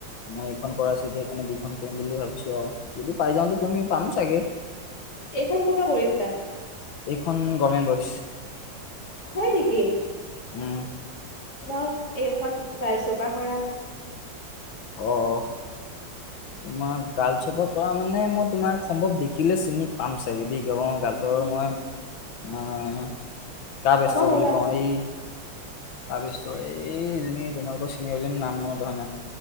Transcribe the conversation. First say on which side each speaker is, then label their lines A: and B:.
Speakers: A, on the left (about 85°); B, on the left (about 55°).
A: মই এইখন কৰা আছে এতিয়া সেইকাৰনে দুইখন কৰিম বুলি ভাবিছোঁ আৰু। যদি পাই যাওঁতো <unintelligible> পাম চাগে?
B: এইখন কৰ পৰা কৰিছিলা?
A: এইখন গভমেণ্ট বইচ।
B: হয় নেকি?
A: উম।
B: মই এইখন গাৰ্লছৰ পৰা কৰা আছে।
A: অ', অ'। তোমাৰ গাৰ্লছৰ পা কৰা মানে মই তোমাক সম্ভৱ দেখিলে চিনি পাম চাগে দেই। অ গাৰ্লছ
B: উম
A: ৰ মই আ কাৰ বেচটৰ
B: পাবা পাবা
A: বুলি কওঁ এই কা বেচটৰ এই এইজনী তোমালোকৰ চিনিয়ৰজনী নাম মনত অহা নাই।